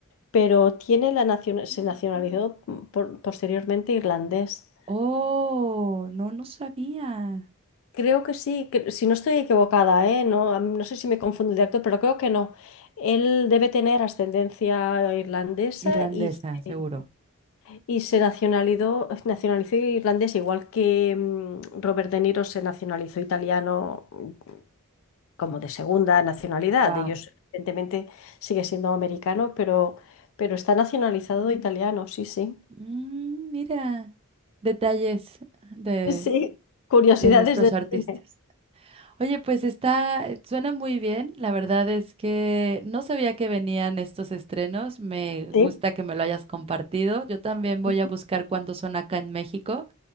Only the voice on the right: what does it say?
Mm.
Oh, no, no sabía.
Irlandesa,
seguro.
Wow.
mira, detalles de,
de nuestros
artistas.
Oye, pues está, eh, suena muy bien. La verdad es que no sabía que venían estos estrenos. Me
gusta que me lo hayas compartido. Yo también voy
a buscar cuándo son acá en México